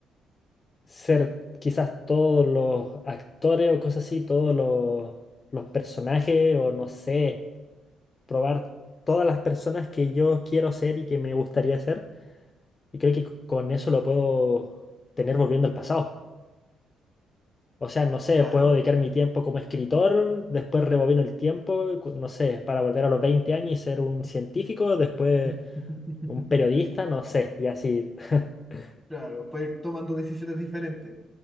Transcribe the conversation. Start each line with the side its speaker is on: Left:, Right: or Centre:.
Left: ser quizás todos los actores o cosas así, todos los, los personajes o no sé. probar todas las personas que yo quiero ser y que me gustaría ser. Y creo que c- con eso lo puedo tener volviendo al pasado. O sea, no sé,
Centre: claro.
Left: puedo dedicar mi tiempo como escritor, después rebobino el tiempo, cu- no sé, para volver a los 20 años y ser un científico, después
Centre: <laughs>
Left: un periodista, no sé, y así. <laughs>
Centre: Claro, puede ir tomando decisiones diferentes.